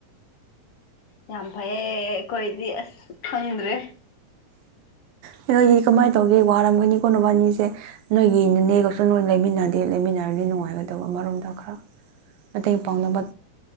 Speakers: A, on the left (about 50°); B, on the right (about 75°).
A: ꯌꯥꯝ ꯐꯩꯌꯦ ꯑꯩꯈꯣꯏꯗꯤ ꯑꯁ ꯈꯪꯗ꯭ꯔꯦ
B: ꯅꯈꯣꯏꯗꯤ ꯀꯃꯥꯏꯅ ꯇꯧꯒꯦ ꯋꯥꯔꯝꯒꯅꯤꯀꯣ ꯅꯕꯅꯤꯁꯦ ꯅꯣꯏꯒꯤꯅꯤꯅꯦꯒꯁꯨ ꯅꯣꯏ ꯂꯩꯃꯤꯟꯅꯗꯦ ꯂꯩꯃꯤꯟꯅꯔꯗꯤ ꯅꯨꯡꯉꯥꯏꯒꯗꯧꯕ ꯃꯔꯣꯝꯗ ꯈꯔ
A: <inaudible>
B: ꯃꯇꯦꯡ ꯄꯥꯡꯅꯕ